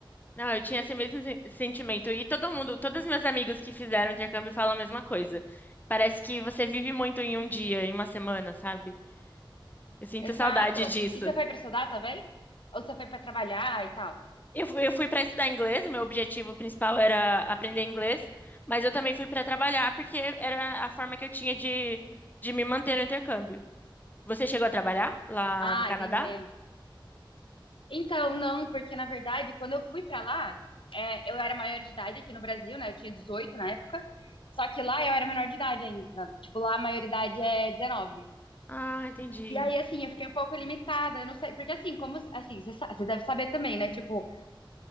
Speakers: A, on the left; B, on the left.
A: Não, eu tinha esse mesmo sen- sentimento. E todo mundo, todos os meus amigos que fizeram intercâmbio falam a mesma coisa. Parece que você vive muito em um dia, em uma semana, sabe? Eu sinto
B: Exato.
A: saudade disso.
B: E você foi pra estudar também? Ou você foi pra trabalhar e tal?
A: Eu, fu- eu fui para estudar inglês, meu objetivo principal era aprender inglês, mas eu também fui para trabalhar porque era a forma que eu tinha de, de me manter no intercâmbio. Você chegou a trabalhar lá
B: Ah,
A: no Canadá?
B: entendi. Então, não, porque na verdade, quando eu fui pra lá, é, eu era maior de idade aqui no Brasil, né? Eu tinha 18 na época. Só que lá eu era menor de idade ainda. Tipo, lá a maioridade é dezenove
A: Ah, entendi.
B: E aí, assim, eu fiquei um pouco limitada, eu não sei. Porque, assim, como. Assim, você sa- você deve saber também, né? Tipo,